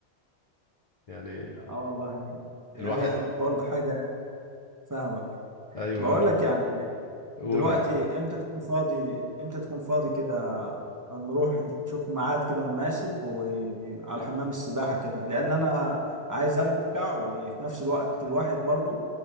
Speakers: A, on the left; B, on the right.
A: يعني
B: آه والله هي
A: الواحد
B: برضه حاجة فاهمك
A: ايوه
B: بقول
A: ايوه
B: لك يعني
A: قول
B: دلوقتي
A: يا عم
B: امتى تكون فاضي امتى تكون فاضي كده نروح نشوف ميعاد كده مناسب وعلى حمام السباحة كده لأن أنا عايز أرجع وفي نفس الوقت الواحد برضو